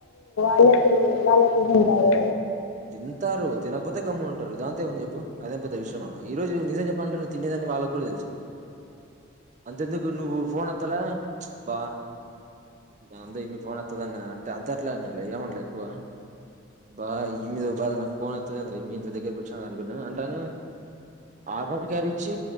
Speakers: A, on the left (about 85°); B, on the right (about 35°).
A: వాళ్ళ ఎప్పుడు వాళ్లేట్ల తింటారు
B: తింటారు తినకపోతే గమ్ననా ఉంటారు దాంతే ఏమని చెప్పు అదేంపోద్ద విషయ ఈ రోజు నిజం చెప్పాలంటే ను తినేదని వాళ్ళకి కూడా తెలుసు అంతెందుకు నువ్వు ఫోన్ ఎత్తాల బా ఆరే యమ్మీ ఫోన్ ఎత్లా అంతే ఎలా ఏం అనలే ఎక్కువ బా మీద ఒక బాధ నాకు ఫోన్ యత్తదేందిర యమ్మీ దగ్గరకి వచ్చిన అనుకున్నాను అంటానే అ పాప క్యారీ ఇచ్చి